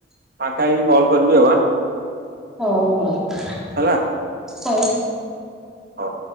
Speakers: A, on the right; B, in the centre.
A: ଫାଙ୍କା ହେଇକି କଲ୍ କରିବି ଆଉ ଆ
B: ହଉ ହଉ ତା,
A: ହେଲା
B: ହଉ
A: ହଉ।